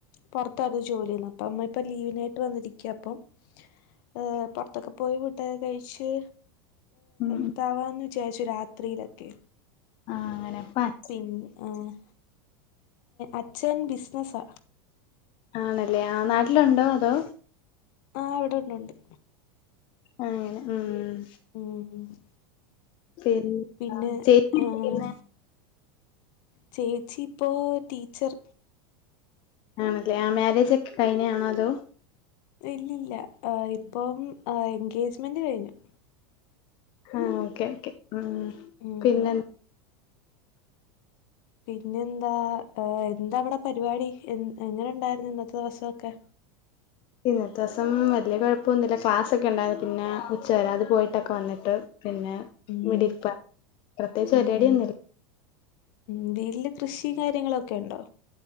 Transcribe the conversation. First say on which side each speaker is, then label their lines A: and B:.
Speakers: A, on the left; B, on the left.
A: പുറത്തായിത് ജോലി അപ്പോ അമ്മ ഇപ്പോൾ ലീവിനായിട്ട് വന്നിരിക്ക ഇപ്പം ഏഹ് പൊറത്തൊക്കെ പോയി ഫോഡൊക്കെ കഴിച്ച്
B: ഉം
A: ഇതാവാ എന്ന് വിചാരിച്ചു രാത്രിയിലൊക്കെ
B: ആഹ് അങ്ങനെ പ്പ-
A: പിന്നേഹ് അച്ഛൻ ബിസിനസ്സാ
B: ആണല്ലേ ആ നാട്ടിലുണ്ടോ അതോ?
A: ആഹ് ഇവിടെ ഉണ്ട് ഉണ്ട്-
B: അങ്ങനെ ഉം.
A: ഉംഹ് ഉംഹ്
B: പിന്നെ
A: പിന്നെ
B: ചേച്ചി
A: ആഹ്
B: ചെയ്യുന്ന
A: ചേച്ചി ഇപ്പോ ടീച്ചർ
B: ആണല്ലേ ആ മാരേജ് ഒക്കെ കഴിഞ്ഞയാണോ അതോ?
A: ഇല്ലില്ല ഇപ്പം എൻഗേജ്മെന്റ് കഴിഞ്ഞ്-
B: ആഹ് ഓക്കെ ഓക്കെ ഉംഹ്
A: ഉം
B: പിന്നെ
A: പിന്നെ എന്താ എന്താ അവിടെ പരിപാടി എൻ എങ്ങനെ ഉണ്ടായിരുന്നു ഇന്നത്തെ ദിവസൊക്കെ?
B: ഇന്നത്തെ ദിവസം വലിയ കുഴപ്പമൊന്നുമില്ല ക്ലാസ്സൊക്കെ ഉണ്ടായിരുന്നു പിന്നെ ഉച്ച വരെ അത് പോയിട്ടൊക്കെ വന്നിട്ട് പിന്നെ
A: ഉംഹ്
B: ഇവിടെ ഇരിപ്പ പ്രത്യേകിച്ച്
A: ഊഹുഹ
B: പരിപാടിയൊന്നുമില്ല
A: ഉം വീട്ടില് കൃഷി കാര്യങ്ങളൊക്കെ ഉണ്ടോ?